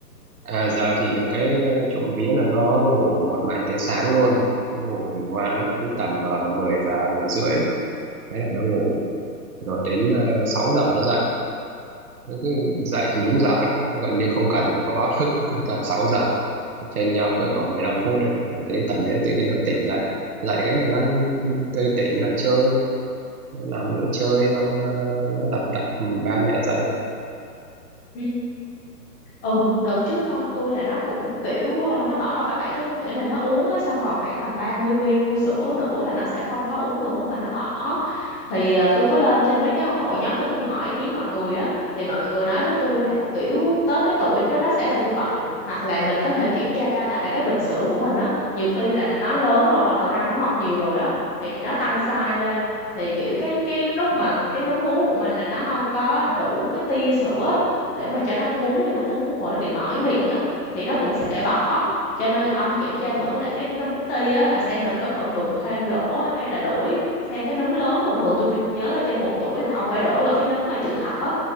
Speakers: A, on the right (about 60°); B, on the left (about 15°).
A: À giờ thì được cái ờ, trộm vía là nó ngủ một mạch tới sáng luôn. Nó ngủ thì ngoan lắm, cứ tầm uh, 10 giờ, 10 rưỡi, thế là nó ngủ. Rồi đến uh, 6 giờ nó dậy. Thế Cái dậy thì đúng giờ lắm, gần như không cần phải có báo thức, cứ tầm 6 giờ. Chênh nhau cỡ khoảng 15 phút thôi. Là đến tầm đấy tự nhiên nó tỉnh dậy. Dậy cái là nó tươi tỉnh, nó chơi, nó nằm nữa chơi, xong ờ, nó đập đập ba mẹ dậy.
B: Ừ. Ừ, đợt trước con tôi là nó cũng kiểu ờ, nó bỏ vậy tức nghĩa là nó uống á, xong còn khoảng tầm 30 ml sữa nữa là nó sẽ không có uống nữa mà nó bỏ thì ờ, tôi có lên trên mấy cái hội nhóm tôi cũng hỏi ý kiến mọi người á thì mọi người nói với tôi là kiểu tới cái tuổi đó nó sẽ là như vậy hoặc là mình có thể kiểm tra lại là cái bình sữa của mình á nhiều khi là nó lớn rồi bắt đầu răng nó mọc nhiều rồi á thì nó tăng size lên thì kiểu cái cái lúc mà cái núm vú của mình là nó không có đủ cái tia sữa để mà cho nó bú thì nó bú một hồi nó bị mỏi miệng á thì nó cũng sẽ bỏ cho nên là ông kiểm tra thử lại cái núm ti á là xem mình có cần đục thêm lỗ hay là đổi sang cái núm lớn thường thường tôi nhớ là trên một tuổi là ông phải đổi qua cái núm mà chữ thập á